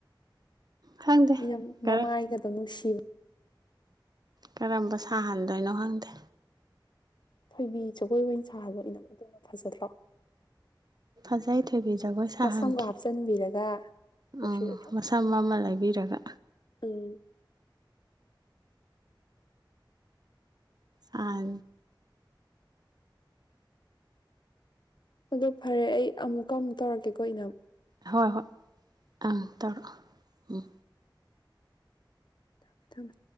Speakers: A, on the right (about 55°); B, on the left (about 65°).
A: ꯈꯪꯗꯦ
B: ꯌꯥꯝ
A: ꯀꯔꯝ
B: ꯃꯃꯥꯏꯒꯗꯧ ꯅꯨꯡꯁꯤ ꯇ
A: ꯀꯔꯝꯕ ꯁꯥꯍꯟꯗꯣꯏꯅꯣ ꯈꯪꯗꯦ
B: ꯊꯣꯏꯕꯤ ꯖꯒꯣꯏ ꯑꯣꯏꯅ ꯁꯥꯗꯣ ꯏꯅꯝ ꯑꯗꯨꯅ ꯐꯖꯗ꯭ꯔꯣ
A: ꯌꯥꯥꯏꯗꯦ ꯊꯣꯏꯕꯤ ꯖꯒꯣꯏ ꯁꯥꯍꯟꯈꯤ
B: ꯃꯁꯝꯒ ꯍꯥꯞꯆꯤꯟꯕꯤꯔꯒ ꯅꯨꯡꯁꯤꯔꯣꯏꯗ꯭ꯔꯣ
A: ꯎꯝ ꯃꯁꯝ ꯑꯃ ꯂꯩꯕꯤꯔꯒ
B: ꯎꯝ
A: ꯑ
B: ꯑꯗꯨ ꯐꯔꯦ ꯑꯩ ꯑꯃꯨꯛꯀ ꯑꯃꯨꯛ ꯇꯧꯔꯛꯀꯦꯀꯣ ꯑꯩꯅ
A: ꯍꯣꯏ ꯍꯣꯏ ꯑꯇꯧꯔ ꯎꯝ
B: ꯊꯝꯃꯦ ꯊꯝꯃꯦ